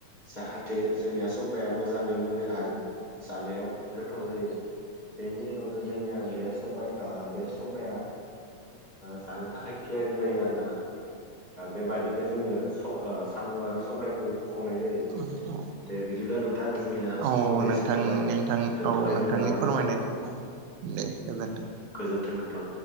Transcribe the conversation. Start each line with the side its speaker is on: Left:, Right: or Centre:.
Left: जाहाथे जोंनिया सबाया मोजाङै मोनो आरो जानायाव गोथाव जायो बेनि नावनो जोंनिया बे साबाय बे सबाया जानो थाखाय थियारि जायो आरोना बेबादिनो जोङो साम' आरो सबायखौ संनाय जायो
Right: अ औ
Left: दे बिदिब्ला नोंथां जोंनिया
Right: औ
Left: समाबो
Right: नोंथां
Left: एसे थौबाय
Right: नोंथां
Left: दोनथ'लायदो
Right: औ नोंथांनि
Left: होनबा न'
Right: फोरमायनायखौ
Left: नोंथां
Right: औ दे गोजोन्थों
Left: गोजोन्थों नोंथां